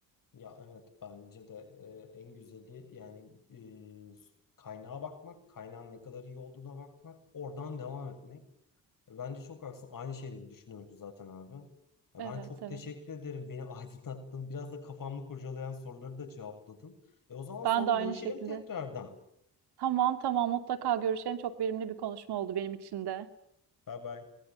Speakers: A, on the left; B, on the right.
A: Ya evet bence de e, en güzeli yani e, kaynağa bakmak, kaynağın ne kadar iyi olduğuna bakmak, oradan devam etmek. E, Bence çok haklısın. Aynı şeyleri düşünüyoruz zaten abi. Ya
B: Evet,
A: ben çok
B: evet.
A: teşekkür ederim. Beni <laughs> aydınlattın. Biraz da kafamı kurcalayan soruları da cevapladın. E o zaman sonra
B: Ben de
A: görüşelim
B: aynı şekilde.
A: tekrardan.
B: Tamam, tamam mutlaka görüşelim. Çok verimli bir konuşma oldu benim için de.
A: Bye bye.